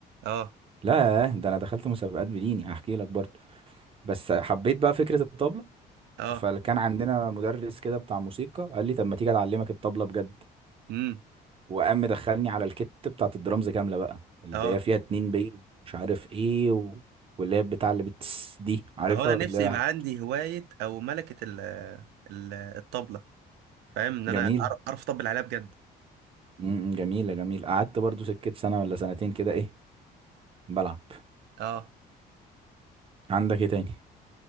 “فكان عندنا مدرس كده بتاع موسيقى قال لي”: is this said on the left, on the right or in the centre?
Right